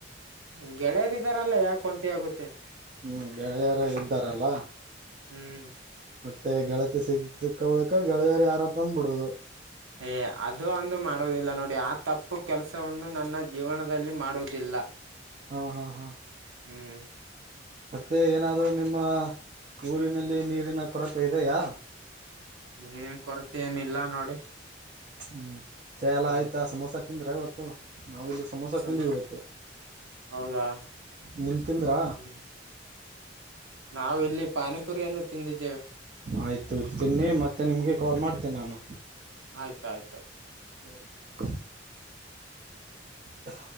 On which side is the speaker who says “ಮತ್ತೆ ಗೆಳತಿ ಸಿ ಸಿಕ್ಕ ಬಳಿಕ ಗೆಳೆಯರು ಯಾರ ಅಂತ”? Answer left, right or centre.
Right